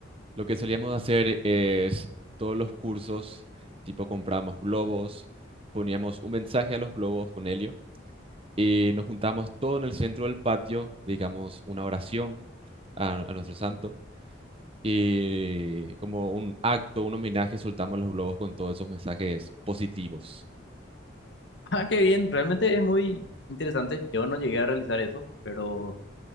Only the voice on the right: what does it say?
lo que solíamos hacer es todos los cursos, tipo compramos globos, poníamos un mensaje a los globos con helio y nos juntamos todo en el centro del patio, digamos una oración a, a nuestro santo y como un acto, un homenaje, soltamos los globos con todos esos mensajes positivos.